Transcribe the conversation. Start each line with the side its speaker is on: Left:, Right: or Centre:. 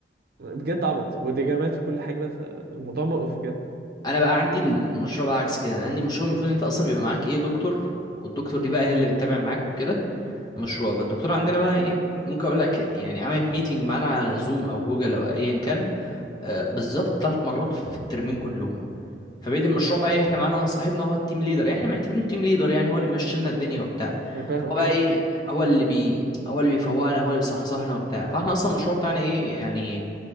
Right: بجد عبط وديجامات وكل حاجه بقى فالموضوع مقرف بجد
Left: انا بقى عندي المشروع بقى عكس كده عندي مشروع المفروض ان انت اصلا بيبقى معاك ايه دكتور والدكتور دي بقى هي اللي بتتابع معاك وكده مشروع فالدكتور عندنا بقى ايه ممكن اقول لك يعني عملت ميتنج معانا على زوم او جوجل او ايا كان آه بالظبط ثلاث مرات في الترمين كلهم فبقيت المشروع بقى ايه احنا معانا صاحبنا هو التيم ليدر يعني احنا معتبرينه التيم ليدر يعني هو اللي بيمشي لنا الدنيا وبتاع
Right: أنا فاهمك
Left: فهو بقى
Right: أيوه.
Left: ايه هو اللي بي هو اللي بيفوقنا هو اللي بيصحصحنا وبتاع فاحنا اصلا المشروع بتاعنا ايه يعني